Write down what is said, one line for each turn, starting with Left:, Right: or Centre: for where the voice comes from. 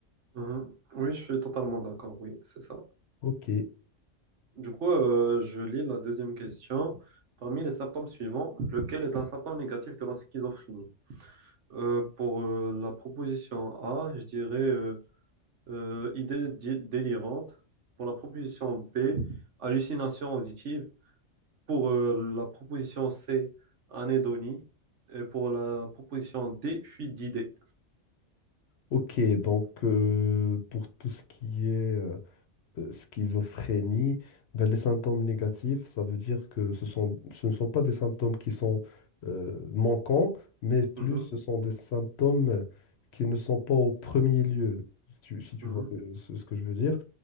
Right: mhm. Oui, je suis totalement d'accord. Oui, c'est ça.
Left: Ok,
Right: Du coup, euh, je lis la deuxième question. Parmi les symptômes suivants, lequel est un symptôme négatif de la schizophrénie? Euh, pour euh, la proposition A, je dirais euh, Euh, idée dé- délirante. Pour la proposition B, hallucination auditive. Pour euh, la proposition C, anédonie. Et pour la proposition D, fuite d'idées.
Left: ok, donc euh, pour tout ce qui est... euh, euh, schizophrénie, ben, les symptômes négatifs, ça veut dire que ce sont, ce ne sont pas des symptômes qui sont euh, manquants, mais plus
Right: Mhm,
Left: ce sont des symptômes euh, qui ne sont pas au premier lieu, si tu- si tu
Right: mhm,
Left: vois que- ce ce que je veux dire.